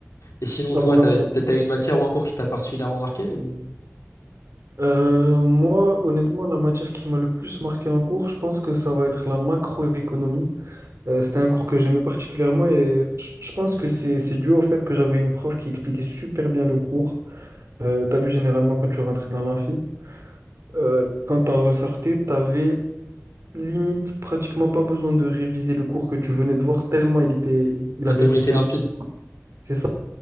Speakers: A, on the left; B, on the right.
A: Et sinon,
B: Ah,
A: toi,
B: voilà.
A: t'avais, t'as t'as eu une matière ou un cours qui t'a particulièrement marqué ou...
B: Euh, moi, honnêtement, la matière qui m'a le plus marqué en cours, je pense que ça va être la macroéconomie. Euh, c'était un cours que j'aimais particulièrement et je je pense que c'est c'est dû au fait que j'avais une prof qui expliquait super bien le cours Euh, t'as vu, généralement, quand tu rentrais dans l'amphi, euh, quand t'en ressortais, t'avais limite pratiquement pas besoin de réviser le cours que tu venais de voir, tellement il était, il
A: a
B: avait
A: tellement
B: été
A: été
B: bien.
A: limpide.
B: C'est ça.